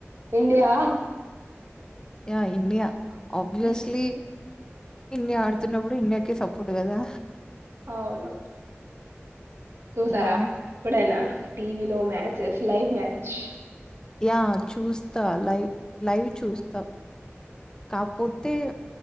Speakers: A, on the right; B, on the left.
A: ఇండియా
B: యా ఇన్నియా ఆబ్వియస్లీ
A: మ్మ్.
B: ఇన్ని ఆడుతున్నప్పుడు ఇన్ని కే సపోట్ కదా
A: అవును చూసారా
B: యాహ్!
A: ఎప్పుడైనా టీవీ లో మ్యాచస్ లైవ్ మ్యాచ్
B: యా చూస్తా లైవ్ లైవ్ చూస్తా కాపోతే